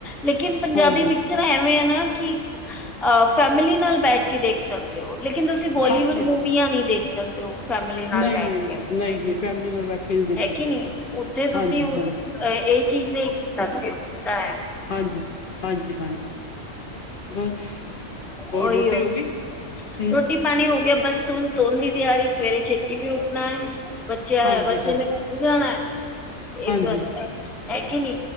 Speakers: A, in the centre; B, on the left.
A: ਲੇਕਿਨ ਪੰਜਾਬੀ
B: ਹਾਂਜੀ
A: ਪਿ ਜ਼ਰਾ ਐਵੇਂ ਐ ਨਾ ਕਿ ਫੈਮਿਲੀ ਨਾਲ ਬੈਠ ਕੇ ਦੇਖ ਸਕਦੇ ਹੋ, ਲੇਕਿਨ ਤੁਸੀਂ ਬਲੀਵੁੱਡ
B: ਹਾਂਜੀ
A: ਮੂਵੀਆਂ
B: ਹਾਂ
A: ਨੀ ਦੇਖ ਸਕਦੇ ਹੋ। ਫੈਮਿਲੀ ਨਾਲ
B: ਨਹੀਂ
A: ਬੈਠ
B: ਨਹੀਂ ਨਹੀਂ
A: ਕੇ,
B: ਨਹੀਂ ਨਹੀਂ ਫੈਮਿਲੀ ਨਾਲ ਬੈਠ ਨਹੀਂ ਦੇਖ
A: ਹੈਗੀ
B: ਸਕਦਾ
A: ਕੇ ਨਈ ਉੱਥੇ
B: ਹਾਂਜੀ
A: ਤੁਸੀਂ
B: ਹਾਂਜੀ
A: ਇਹ ਚੀਜ਼ ਨਹੀਂ ਕਰ ਸਕਦੇ, ਏ ਤਾਂ ਹੈ
B: ਹਾਂਜੀ ਹਾਂਜੀ ਹਾਂਜੀ। ਬਸ
A: ਉਹੀ
B: ਹੋਰ ਰੋਟੀ
A: ਉਹੀ
B: ਹੋ ਗਈ ਹੂੰ।
A: ਰੋਟੀ ਪਾਣੀ ਹੋ ਗਿਆ, ਬਸ ਸੋਨ ਸੋਨ ਦੀ ਤਿਆਰੀ, ਸਵੇਰੇ ਛੇਤੀ ਵੀ ਉੱਠਣਾ ਐ ਬੱਚੇ
B: ਹਾਂਜੀ-ਹਾਂਜੀ,
A: ਬੱਚੇ
B: ਹਾਂਜੀ,
A: ਨੇ ਜਾਣਾ, ਇਸ
B: ਹਾਂਜੀ
A: ਵਾਸਤੇ ਹੈ ਕਿ ਨੀ,